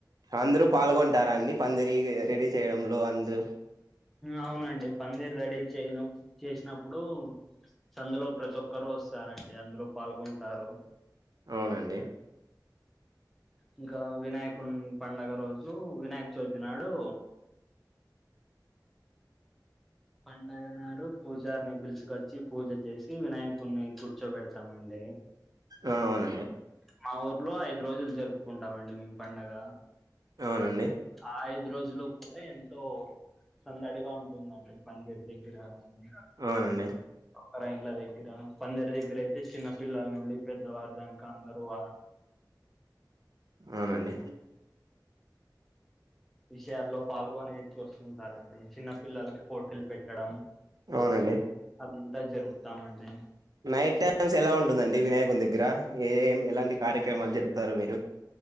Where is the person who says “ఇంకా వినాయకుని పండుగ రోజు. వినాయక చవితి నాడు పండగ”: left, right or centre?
Centre